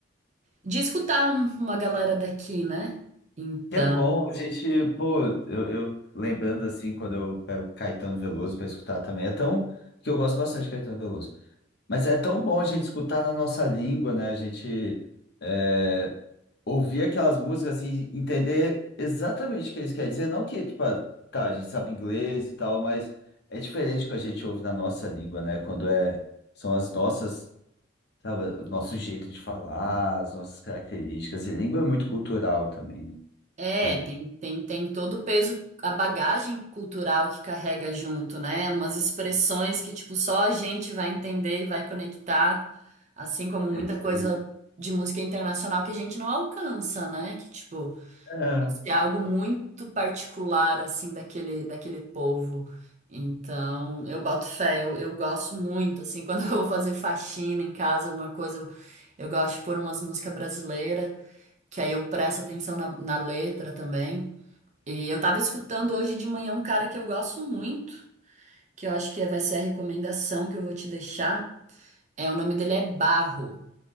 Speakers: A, on the right; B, on the left.
A: de escutar um- uma galera daqui, né? Então,
B: Que é bom, a gente, pô, eu, eu lembrando assim, quando eu pego Caetano Veloso para escutar também, é tão. que eu gosto bastante de Caetano Veloso. Mas é tão bom a gente escutar na nossa língua, né? A gente. eh, ouvir aquelas músicas assim, entender exatamente o que eles querem dizer. Não que, tipo, ah, tá, a gente sabe inglês e tal, mas é diferente que a gente ouve na nossa língua, né? Quando é, são as nossas, sabe, o nosso jeito de falar, as nossas características. E língua é muito cultural também, né?
A: é,
B: Então,
A: tem, tem, tem todo o peso, a bagagem cultural que carrega junto, né? Umas expressões que, tipo, só a gente vai entender e vai conectar, assim como muita
B: é isso
A: coisa
B: aí.
A: de música internacional que a gente não alcança, né? Que, tipo.
B: É.
A: Se é algo muito particular, assim, daquele, daquele povo. Então, eu boto fé, eu, eu gosto muito, assim, <laughs> quando eu vou fazer faxina em casa, alguma coisa, eu, eu gosto de pôr umas músicas brasileiras, que aí eu presto atenção na, na letra também. E eu tava escutando hoje de manhã um cara que eu gosto muito, que eu acho que vai ser a recomendação que eu vou te deixar. É, o nome dele é Barro,